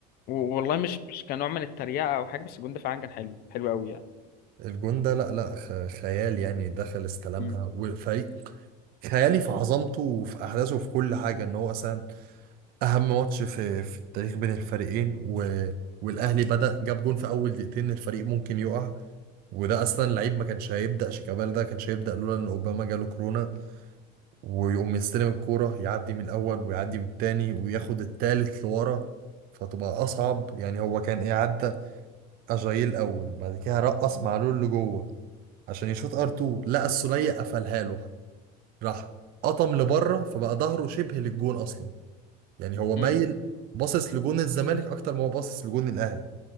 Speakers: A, on the left; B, on the right.
A: والله مش مش كنوع من التريقه او حاجه بس الجون ده فعلا كان حلو حلو قوي يعني
B: الجون ده لا لا خ- خيال يعني دخل استلمها
A: مم.
B: وفريق خيالي في عظمته وفي أحداثه وفي كل حاجة إن هو أصلا أهم ماتش في في التاريخ بين الفريقين و... والأهلي بدأ جاب جون في أول دقيقتين الفريق ممكن يقع وده أصلا لعيب ما كانش هيبدأ شيكابالا ده كانش هيبدأ لولا إن أوباما جاله كورونا ويقوم يستلم الكورة يعدي من الأول ويعدي من التاني وياخد التالت لورا فتبقى أصعب يعني هو كان إيه عدى أجايل الأول بعد كده رقص معلول لجوه عشان يشوط ار2 لقى السولية قفلها له راح قطم لبره فبقى ظهره شبه للجون أصلا يعني هو مايل
A: مم.
B: باصص لجون الزمالك أكتر ما هو باصص لجون الأهلي